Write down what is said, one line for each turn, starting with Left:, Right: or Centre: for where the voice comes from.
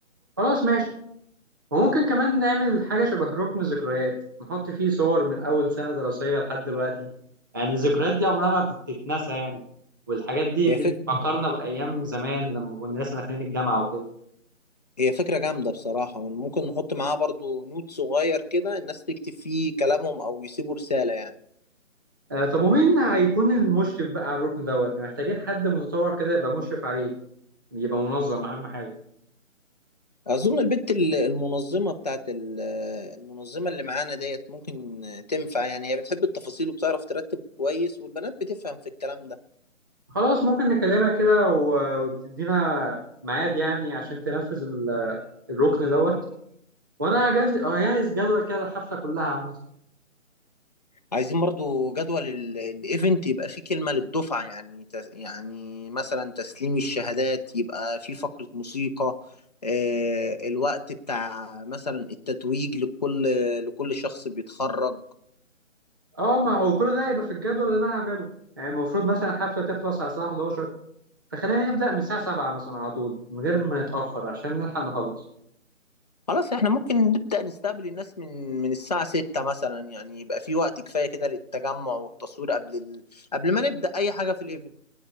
Right: خلاص ماشي وممكن كمان نعمل حاجة شبه ركن ذكريات نحط فيه صور من أول سنة دراسية لحد دلوقتي يعني الذكريات دي عمرها ما بتتنسى يعني والحاجات دي
Left: هي
Right: بتفكرنا
Left: فكرة
Right: بأيام زمان لما كنا لسه داخلين الجامعة وكده
Left: هي فكرة جامدة بصراحة ممكن نحط معاها برضو نوت صغير كده الناس تكتب فيه كلامهم أو يسيبوا رسالة يعني
Right: آه طب ومين هيكون المشرف بقى على الركن دوت يعني محتاجين حد متطوع كده يبقى مشرف عليه يبقى منظم أهم حاجة
Left: أظن البنت ال- المنظمة بتاعت ال- المنظمة اللي معانا ديت ممكن تنفع يعني هي بتحب التفاصيل وبتعرف ترتب كويس والبنات بتفهم في الكلام ده
Right: خلاص ممكن نكلمها كده و- وتدينا ميعاد يعني عشان تنفذ ال- الركن دوت وأنا هجهز هجهز جدول كده الحفلة كلها عامة
Left: عايزين برضو جدول ال- الايفنت يبقى فيه كلمة للدفعة يعني تس يعني مثلا تسليم الشهادات يبقى فيه فقرة موسيقى آه، الوقت بتاع مثلا التتويج لكل لكل شخص بيتخرج
Right: اه ما هو كل ده هيبقى في الجدول اللي انا هعمله يعني المفروض مثلا الحفله تخلص على الساعه 11 فخلينا نبدا من الساعه 7 مثلا على طول من غير ما نتاخر عشان نلحق نخلص
Left: خلاص احنا ممكن نبدأ نستقبل الناس من من الساعة 6 مثلا يعني يبقى في وقت كفاية كده للتجمع والتصوير قبل ال... قبل ما نبدأ أي حاجة في الايفنت